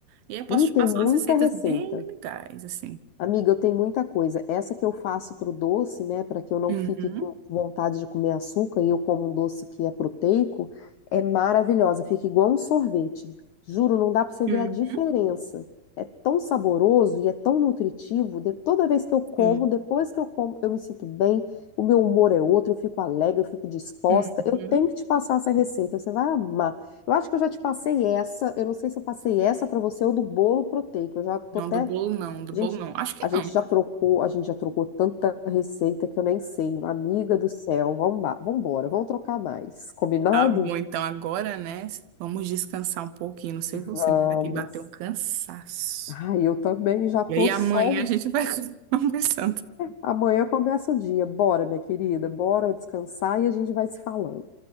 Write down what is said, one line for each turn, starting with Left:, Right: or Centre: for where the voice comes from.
Right: e eu posso
Left: E
Right: te
Left: tem
Right: passar
Left: muita
Right: umas receitas
Left: receita.
Right: bem legais, assim.
Left: Amiga, eu tenho muita coisa. Essa que eu faço pro doce, né, para que eu não
Right: Uhum.
Left: fique com vontade de comer açúcar e eu como um doce que é proteico, é maravilhosa. Fica igual um sorvete. Juro, não dá para você
Right: Uhum.
Left: ver a diferença. É tão saboroso e é tão nutritivo. De- toda vez que eu como,
Right: Sim.
Left: depois que eu como, eu me sinto bem, o meu humor é outro, eu fico alegre, eu fico disposta.
Right: Uhum.
Left: Eu tenho que te passar essa receita, você vai amar. Eu acho que eu já te passei essa. Eu não sei se eu passei essa para você ou do bolo proteico. Eu já tô
Right: Não,
Left: até
Right: do bolo não, do
Left: a
Right: bolo
Left: gente,
Right: não. Acho que
Left: a gente
Right: não.
Left: já trocou, a gente já trocou tanta receita que eu nem sei. Amiga do céu, vamos embora, vamos trocar mais. Combinado?
Right: Tá bom, então agora, né? Vamos descansar um pouquinho. Não sei você,
Left: Vamos.
Right: mas aqui bateu um cansaço.
Left: Ai, eu também já tô
Right: E aí amanhã
Left: só.
Right: a gente vai <laughs> conversando.
Left: Amanhã começa o dia. Bora, minha querida, bora descansar e a gente vai se falando.